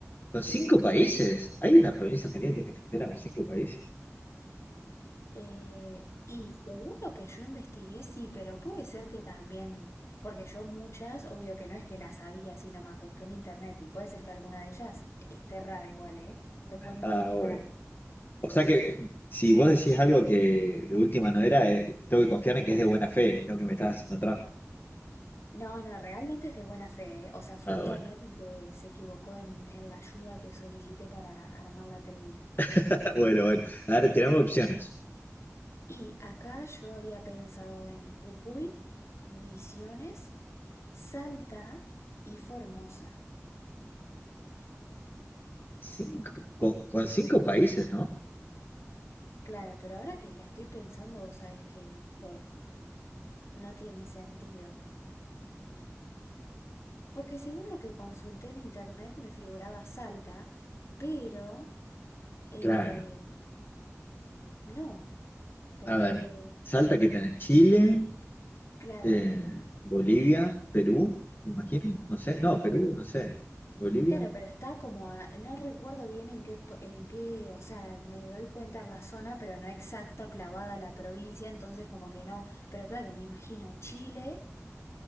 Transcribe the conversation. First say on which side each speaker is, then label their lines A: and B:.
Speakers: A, on the left; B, on the left.
A: ¿Con cinco países? ¿Hay una provincia argentina que tiene frontera con cinco países?
B: Eh, y según lo que yo investigué, sí, pero puede ser que también, porque yo muchas, obvio que no es que las sabía, sino más busqué en internet y puede ser que alguna de ellas esté errada igual, ¿eh? Es buen momento
A: Ah,
B: para...
A: bueno. O sea que si vos decís algo que de última no era, eh, tengo que confiar en que es de buena fe y no que me estás haciendo trampa.
B: No, no, realmente es de buena fe, ¿eh? O sea, fue
A: Ah,
B: internet
A: bueno.
B: el que se equivocó en, en la ayuda que solicité para armar la trivia.
A: <laughs> Bueno, bueno. A ver, tiramos opciones.
B: Y acá yo había pensado en Jujuy, Misiones, Salta y Formosa.
A: Cinco. Con, con cinco países, ¿no?
B: Claro, pero ahora que la estoy pensando, vos sabés que no sé, no tiene sentido. Porque según lo que consulté en internet me figuraba Salta, pero eh,
A: Claro.
B: no, porque,
A: A ver, Salta que tenés Chile,
B: claro,
A: eh, Bolivia, Perú, me imagino. No sé. No, Perú, no sé. Bolivia,
B: claro, pero está como a- no recuerdo bien en qué, po- en qué, o sea, me doy cuenta en la zona, pero no exacta, clavada a la provincia, entonces como que no, pero claro, me imagino Chile